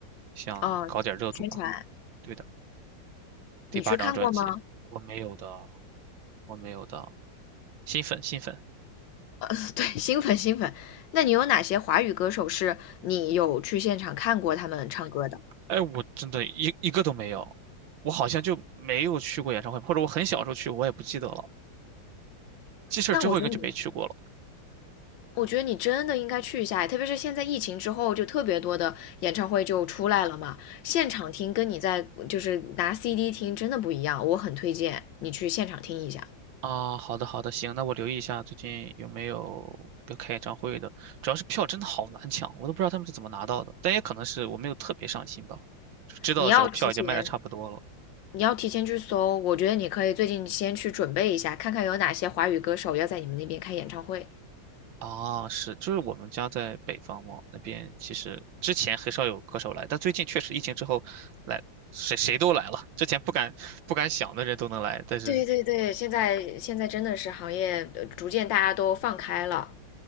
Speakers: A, on the right; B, on the left.
A: 想搞点热度吧。
B: 哦，宣传，
A: 对的，第八张专辑，
B: 你去看过吗？
A: 我没有的，我没有的，新粉新粉，
B: 呃，<laughs> 对，新粉新粉，那你有哪些华语歌手是你有去现场看过他们唱歌的？
A: 哎，我真的一一个都没有，我好像就没有去过演唱会，或者我很小时候去，我也不记得了。记事儿之后应该就没去过了
B: 那我觉得你，我觉得你真的应该去一下，特别是现在疫情之后，就特别多的演唱会就出来了嘛，现场听跟你在就是拿 CD 听真的不一样，我很推荐你去现场听一下。
A: 啊。好的好的，行，那我留意一下最近有没有要开演唱会的，主要是票真的好难抢，我都不知道他们是怎么拿到的，但也可能是我没有特别上心吧，就知道的时候票已经卖的差不多了。
B: 你要提前，你要提前去搜，我觉得你可以最近先去准备一下，看看有哪些华语歌手要在你们那边开演唱会。
A: 啊，是，就是我们家在北方嘛，那边其实之前很少有歌手来，但最近确实疫情之后来，谁谁都来了。之前不敢不敢想的人都能来，但是
B: 对对对，现在现在真的是行业呃逐渐大家都放开了，